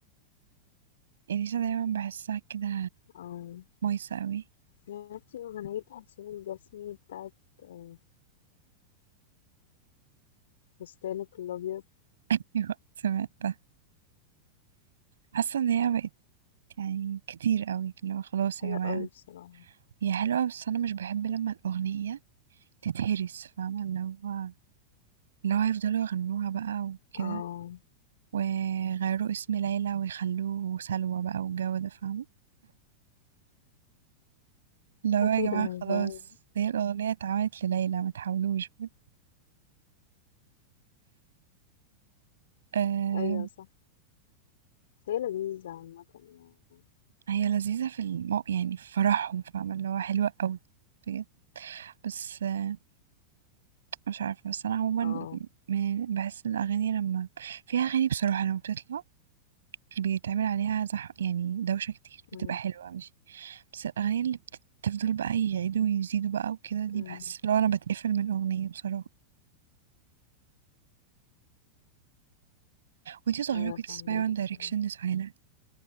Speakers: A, on the right; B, on the left.
A: إليسا دايما بحسها كده
B: اه
A: مايسة قوي
B: سمعتي أغنية حسين الجسمي بتاعت آه، فستانك الأبيض
A: <laughs> وقت سمعتها حاسة ان هي بقت يعني كتير قوي اللي هو خلاص
B: حلوة
A: يا جماعة
B: أوي بصراحة
A: هي حلوة بس أنا مش بحب لما الأغنية تتهرس فاهمة اللي هو اللي هو هيفضلوا يغنوها بقى وكده
B: اه
A: ويغيروا اسم ليلى ويخلوه سلوى بقى والجو ده فاهمة اللي هو
B: <laughs>
A: يا
B: أيوة
A: جماعة خلاص
B: فاهم.
A: هي الأغنية اتعملت لليلى ما تحاولوش بجد آه
B: أيوة صح بس هي لذيذة عامة يعني
A: هي لذيذة في المو يعني في فرحهم فاهمة اللي هو حلوة قوي بجد بس آه مش عارفة بس أنا عموما
B: اه
A: م- بحس إن الأغاني لما في أغاني بصراحة لما بتطلع بيتعمل عليها زح يعني دوشة كتير بتبقى
B: أمم،
A: حلوة مش بس الأغاني اللي بتفضل بقى يعيدوا ويزيدوا بقى وكده دي
B: أمم.
A: بحس لو أنا بتقفل من أغنية بصراحة وانتي صغيرة
B: أيوة
A: كنت تسمعي
B: فاهمك
A: وان دايركشن
B: بصراحة
A: لسهيلة